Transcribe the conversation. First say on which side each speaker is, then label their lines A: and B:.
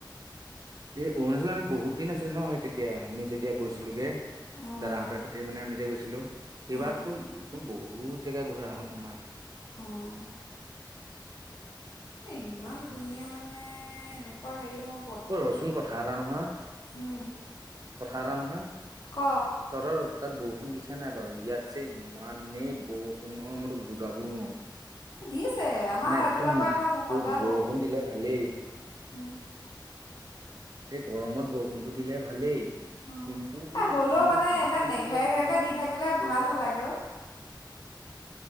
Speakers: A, on the right; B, on the left.
A: এ অৰুণাচলত আমি বহুত দিন আছিল ন হয় তেতিয়া আমি যেতিয়া গৈছিলোগে
B: অঁ
A: দাদাহঁতেৰ হতে মানে আমি যে গৈছিলো সেইবাৰতো
B: অঁ
A: এইখন বহুত জেগা ঘূৰা হ'ল আমাৰ
B: অঁ এই ইমান
A: আৰু
B: ধুনীয়া মানে এ এনেকুৱা হেৰি মোক
A: অ ৰচোন কথা এটা নহয়
B: উম
A: কথা এটা নহয়
B: ক
A: তহঁতৰ তাত ব বৰষুণ দিছে নাই বাৰু ইয়াত যে ইমানেই বৰষুণ নহয় মই তোক বুজাবও নোৱাৰো
B: দিছে আমাৰ
A: মানে
B: ৰাতিপুৱাৰ
A: একদম
B: পৰা একবাৰে মখলদাৰ
A: ক বৰষুণ
B: বৰষুণ
A: দিলে ভালেই
B: উম,
A: এই গৰমত বৰষুণটো দিলে ভালেই
B: অ',
A: কিন্তু তোৰ
B: এ হ'লেও
A: ইমান
B: মানে
A: বেছি
B: এনে নেঘেৰে
A: হৈ গলে ভাল
B: ঘেৰেকে
A: নহয়
B: দি
A: নো
B: থাকিলে
A: একে
B: ভাল
A: একেবাৰে
B: নালাগে অ',